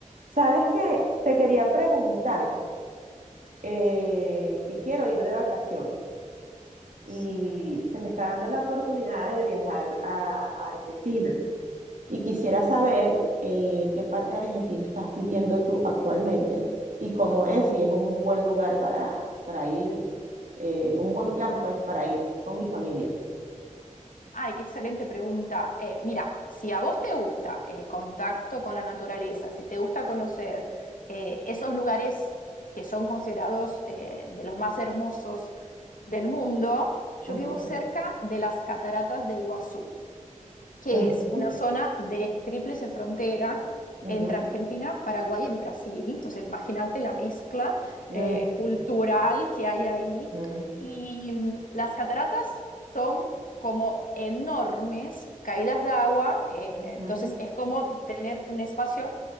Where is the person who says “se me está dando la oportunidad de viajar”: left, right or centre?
Right